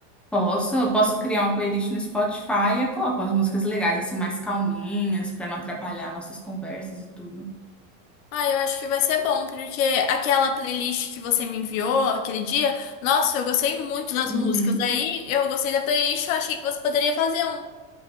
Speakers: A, in the centre; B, on the left.
A: Posso, eu posso criar uma playlist no Spotify e eu coloco umas músicas legais, assim, mais calminhas, para não atrapalhar nossas conversas e tudo.
B: Ah, eu acho que vai ser bom, porque aquela playlist que você me enviou aquele dia, nossa, eu gostei muito das
A: Uhum.
B: músicas. Daí eu gostei da playlist, eu achei que você poderia fazer um.